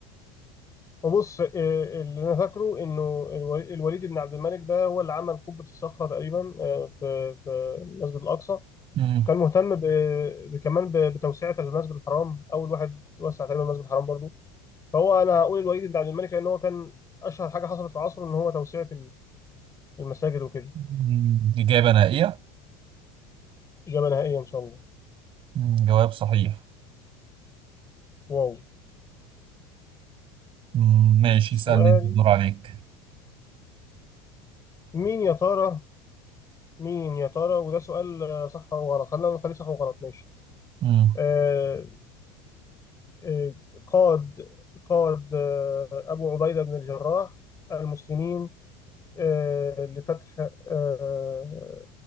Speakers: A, on the left; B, on the right.
A: وبص آه، اللي انا فاكره انه الولي- الوليد بن عبد الملك ده هو اللي عمل قبه الصخره تقريبا آه، في في المسجد الاقصى
B: مم.
A: كان مهتم ب- ب- كمان ب- بتوسعه المسجد الحرام اول واحد وسع تقريبا المسجد الحرام برضو فهو انا اقول الوليد بن عبد الملك لان هو كان اشهر حاجه حصلت في عصره ان هو توسعه المساجد وكده
B: مم. إجابة نهائية؟
A: اجابه نهائيه ان شاء الله
B: مم. جواب صحيح
A: واو
B: مم. ماشي
A: سؤال
B: اسألني أنت الدور عليك
A: مين يا ترى مين يا ترى وده سؤال آه، صح وغلط خلينا نخليه صح وغلط ماشي
B: مم.
A: آه آه قاد قاد آه ابو عبيده بن الجراح المسلمين آه لفتح آه